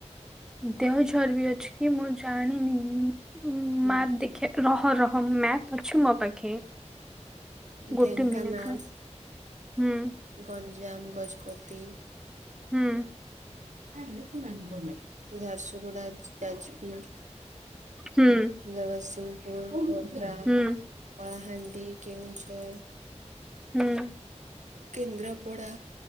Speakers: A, in the centre; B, on the right (about 85°).
A: ଦେଉଝର୍ ବି ଅଛି କି ମୁଁ ଜାଣିନି ଉଁ ଉଁ
B: ହୁଁ
A: ମାତ୍ ଦେଖିଆ। ରହ ରହ ମ୍ୟାପ୍ ଅଛି ମୋ ପାଖେ।
B: ଢେଙ୍କାନାଳ
A: ଗୋଟେ ମିନିଟ ର। ହୁଁ।
B: ଗଞ୍ଜାମ, ଗଜପତି।
A: ହୁଁ।
B: ଝାରୁସୁଗୁଡା ଯାଜପୁର।
A: ହୁଁ
B: ଜଗତସିଂହପୁର ଖୋର୍ଦ୍ଧା କଳାହାଣ୍ଡି।
A: ହୁଁ
B: ଦେ କେଉଁଝର।
A: ହୁଁ
B: କେନ୍ଦ୍ରାପଡା